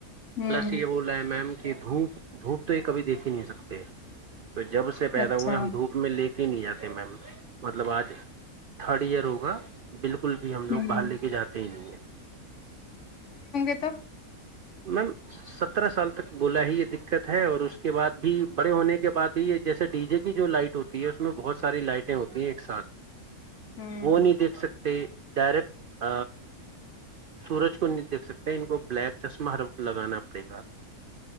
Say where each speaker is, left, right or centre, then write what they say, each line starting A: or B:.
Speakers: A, on the left; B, on the right.
A: ہوں
B: پلس یہ بول رہا ہے میم کہ دھوپ دھوپ تو یہ کبھی دیکھ ہی نہیں سکتے تو جب سے پیدا
A: اچھا
B: ہوئے ہم دھوپ میں لے کے نہیں جاتے میم مطلب آج تھرڈ ایئر ہوگا بالکل بالکل بھی ہم
A: ہوں
B: لوگ باہر لے کے جاتے ہی نہیں ہے
A: تو
B: میم سترہ سال تک بولا ہی یہ دقت ہے اور اس کے بعد بھی بڑے ہونے کے بعد بھی یہ جیسے ڈی جے کی جو لائٹ ہوتی ہے اس میں بہت ساری لائٹیں ہوتی ہیں ایک ساتھ
A: ہوں
B: وہ نہیں دیکھ سکتے ڈائریکٹ سورج کو دیکھ سکتے ہیں ان کو بلیک چشمہ ہر وقت لگانا پڑے گا